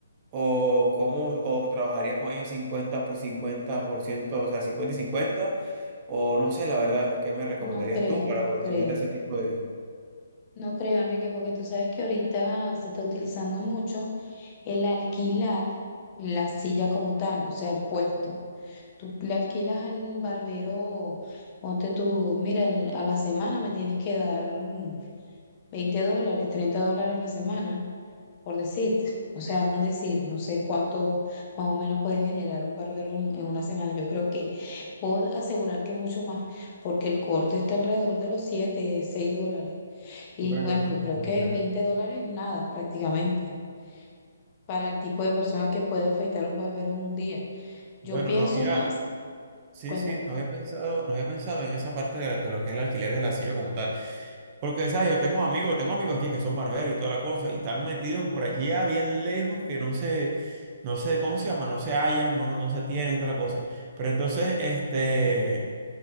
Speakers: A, on the right; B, on the left.
A: o cómo, o trabajaría con ellos 50 pues 50%, o sea, 50 y 50 o no sé, la verdad, ¿qué me recomendarías
B: No creo,
A: tú para
B: no
A: poder
B: creo.
A: llevar ese tipo de...
B: No creo, Enrique, porque tú sabes que ahorita se está utilizando mucho el alquilar la silla como tal, o sea, el puesto. Tú le alquilas al barbero, ponte tú, mira, el- a la semana me tienes que dar mm, Veinte dólares, 30 dólares la semana, por decir. O sea, es un decir, no sé cuánto más o menos puede generar un barbero en, en una semana. Yo creo que puedo asegurar que mucho más, porque el corte está alrededor de los 7, 6 dólares. Y
A: Bueno,
B: bueno, yo creo
A: de-
B: que veinte dólares nada prácticamente para el tipo de personas que puede afeitar un barbero en un día. Yo
A: bueno,
B: pienso
A: no había,
B: más,
A: Sí,
B: cuéntame
A: sí, no había pensado, no había pensado en esa parte de, de lo que es el alquiler de la silla como tal. Porque, ¿sabes? Yo tengo amigos, tengo amigos aquí que son barberos y toda la cosa, y están metidos por aquí a bien lejos que no se, no sé, ¿cómo se llama? No se hallan, no, no se tienen y toda la cosa. Pero entonces, este.